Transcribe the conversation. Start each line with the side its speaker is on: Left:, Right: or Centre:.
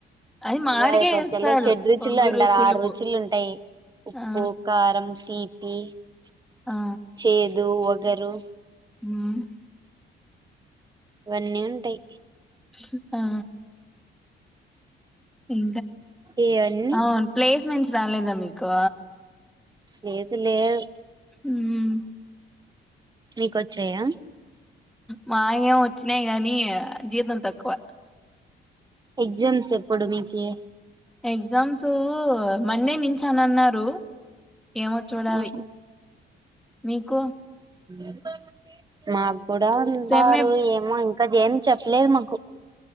Centre: అది మామిడికాయ
Right: ఉగాది పచలో
Centre: ఇస్తారు
Right: చెడ్ రుచులు
Centre: ఒగురు
Right: అంటారు
Centre: పులుపు
Right: ఆరు రుచులు ఉంటాయి ఉప్పు
Centre: ఆ
Right: కారం తీపి ప
Centre: ఆ
Right: షేదు వ గరు
Centre: ఉమ్
Right: ఇవన్నీ ఉంటాయి
Centre: హు హు ఆ ఇ
Right: ఇవన్నీ
Centre: అవును ప్లేస్మెంట్స్ రాలేదా మీకు
Right: లేదు లేదు
Centre: ఉమ్
Right: మీకోచెయ్య
Centre: మా ఏం వచ్చినాయి గానీ జీతం తక్కువ
Right: ఎగ్జామ్స్ ఎప్పుడు మీకు ఏ
Centre: ఎగ్జామ్స్ మండే నుంచి అని అన్నారు ఏమో చూడాలి
Right: ఆహా
Centre: మీకు
Right: ఎమి మా కూడా అంటారు
Centre: సెమ్
Right: ఏమో ఇంకా జన్ చెప్పలేదు మాకు